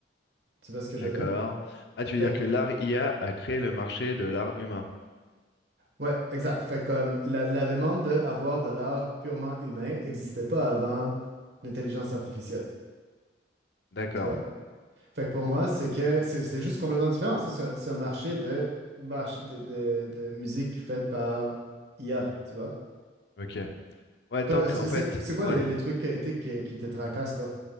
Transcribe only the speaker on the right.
Tu vois ce que je
veux dire?
Fait
que-
ouais, exact. Fait comme la, la demande d'avoir de l'art purement humain n'existait pas avant l'intelligence artificielle.
Tu vois? Fait que pour moi, c'est que c'est c'est juste complètement différent. Ça, c'est un, c'est un marché de, marche- de, de- de musique faite par IA, tu vois?
Toi,
c'est
c'est- c'est quoi
les, les trucs éthiques qui, qui te tracassent, toi?